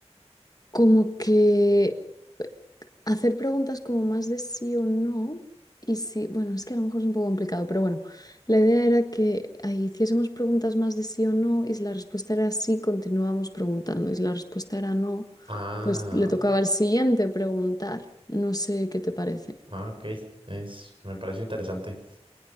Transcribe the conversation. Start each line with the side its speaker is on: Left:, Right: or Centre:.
Left: como que hacer preguntas como más de sí o no. Y sí, bueno, es que a lo mejor es un poco complicado, pero bueno, la idea era que ahí hiciésemos preguntas más de sí o no, y si la respuesta era sí, continuábamos preguntando, y si la respuesta era no,
Right: Ah,
Left: pues le tocaba al siguiente preguntar. No sé qué te parece.
Right: ah, ok. Es, me parece interesante.